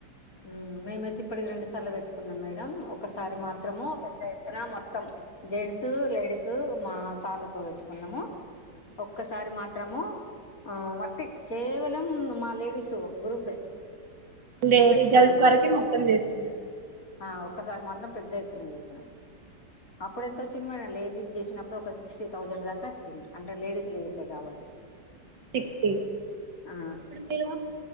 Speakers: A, on the left (about 50°); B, on the right (about 70°).
A: ఊ మేమైతే ఇప్పటికి రెండు సార్లు పెట్టుకున్నాం మేడం ఒకసారి మాత్రము పెద్ద ఎత్తున మొత్తం జెంట్స్ ఊ లేడీస్ ఊ మా సార్లతో పెట్టుకున్నము ఒక్కసారి మాత్రము ఆ వట్టి కేవలం మా లేడీస్ గ్రూపే
B: లేడి
A: పెట్టుకున్నాం
B: గర్ల్స్ వరకే
A: అన్నట్టు
B: మొత్తం చేసుకున్నారు
A: ఆ ఒక్కసారి మాత్రం పెద్ద ఎత్తున చేసినాం అప్పుడు ఎంత వచ్చింది మన లేడీస్ చేసినప్పుడు ఒక సిక్స్టీ థౌజండ్ దాకా వచ్చింది అంటే లేడీస్ లేసే కాబట్టి
B: సిక్స్టీ
A: ఆ
B: ఇప్పుడు మీరు